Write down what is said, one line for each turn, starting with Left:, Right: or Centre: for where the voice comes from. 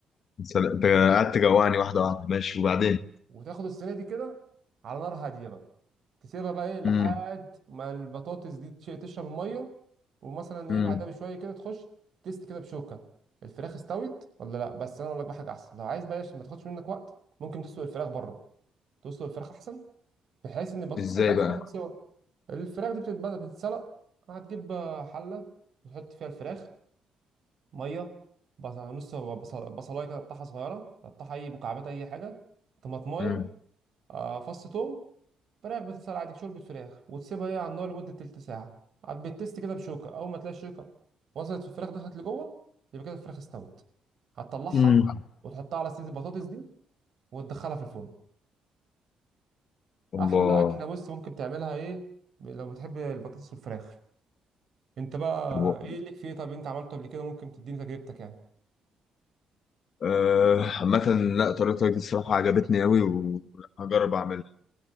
Left: انت قعدت تجوعني واحده واحده ماشي وبعدين
Right: وتاخد الصينيه دي كده على نار هاديه بقى تسيبها بقى ايه لحد
Left: امم
Right: ما البطاطس دي تش- تشرب الميه ومثلا ايه
Left: امم
Right: بعدها بشويه كده تخش تست كده بشوكه الفراخ استوت ولا لا بس انا اقول لك بقى حاجه احسن لو عايز بقى عشان ما تاخدش منك وقت ممكن تسلق الفراخ بره تسلق الفراخ احسن بحيث ان البطاطس
Left: ازاي
Right: كده كده
Left: بقى
Right: بتاخد سوا الفراخ دي بتتبدا بتتسلق هتجيب حله وتحط فيها الفراخ ميه بص- نص بصل- بصلايه كده تقطعها صغيره تقطعها اي مكعبات اي حاجه طماطمايه
Left: مم.
Right: آه، فص توم فراخ بتتسلق عادي شوربة فراخ وتسيبها هي على النار لمدة تلت ساعة عاد بتست كده بشوكة أول ما تلاقي الشوكة وصلت في الفراخ دخلت لجوه يبقى كده الفراخ استوت هتطلعها
Left: مم.
Right: وتحطها على صينية البطاطس دي وتدخلها في الفرن
Left: الله
Right: أحلى أكلة بص ممكن تعملها إيه لو بتحب البطاطس والفراخ أنت بقى
Left: طب-
Right: إيه ليك فيه طب أنت عملته قبل كده ممكن تديني تجربتك يعني
Left: آه، عامة لا طريقتك دي الصراحة عجبتني أوي وهجرب أعملها